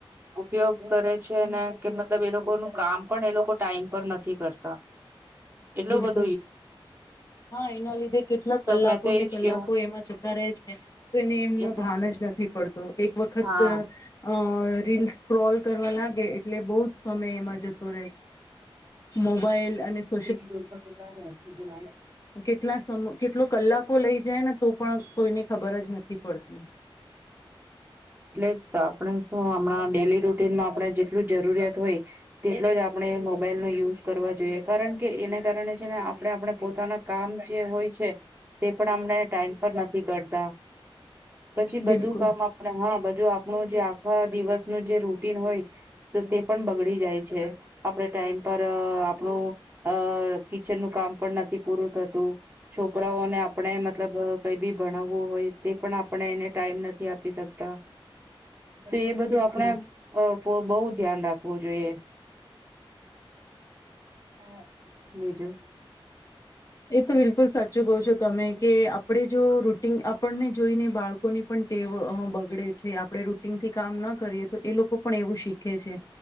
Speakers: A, on the right; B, on the left.
A: ઉપયોગ કરે છે ને કે મતલબ એ લોકો ન કામ પણ એ લોકો ટાઈમ પર નથ થી કરતા એટલો
B: બિલકુલ
A: બધ
B: હા એના લીધે કેટલાક
A: તો
B: કલાકોને
A: મેં તો એજ
B: કલાકો
A: કેવું
B: એમાં જતા રહે છે તો એને એમનો
A: એ તો
B: ભાન જ નથી પડતો એક વખત
A: હા
B: અ રીલ સ્ક્રોલ કરવા લાગે એટલે બહ. સમય એમાં જતો રહે. મોબાઈલ અને સ
A: છોટ દ એટલે
B: કેટલા સમ કેટલો કલાકો લઈ જાય ને તો પણ કોઈને ખબર જ નથી પડતી
A: તો આપણે શું આપણા ડેલી રૂટીનમાં આપણે જેટલું જરૂરિયાત હોય તેટલ જ આપ આપણે મોબાઈલ નો યુઝ કરવા જોઈએ કારણ કે એને કારણે છે ને આપણે આપણે પોતાના કામ જે હોય છે તે પણ આપણે ટાઈમ પર નથી કરતા. પછી બધું
B: બિલકુલ
A: કામ આપડ હા બધ જો આપણું જે આખા દિવસનું જે રૂટીન હોય તો, તે પણ બગડી જાય છે. આપણે ટાઈમ પર આપણું અ કિચન નું કામ પણ ન થી પૂરું થતું, છોકરાઓને આપણે મતલબ કઈ બી ભણાવવું હોય, તે પણ આપણે એને ટાઈમ નથી આપી શકતા તો એ બધું
B: બિલકુલ
A: આપણે બોઉ ધ્યાન રાખવું જોઈએ <unintelligible> બીજુ
B: એ તો બિલકુલ સાચું કહો છો તમે, કે આપણે જો રૂટીન આપણને જોઈને બાળકો કોની પણ ટેવ અ બ બગડે છે. આપણે રૂટીન થી કામ ના કરીએ તો, એ લોકો પણ એવું શીખે છે.